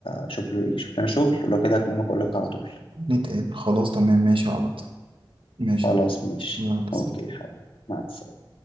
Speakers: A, on the left (about 85°); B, on the right (about 75°).
A: أشوف له يشوف لنا شغل ولو كده أكلمك أقول لك على طول
B: نتقابل خلاص تمام ماشي يا عبد ماشي
A: خلاص
B: يا عبد
A: ماشي أوكي
B: يلا،
A: حبيبي مع السلامة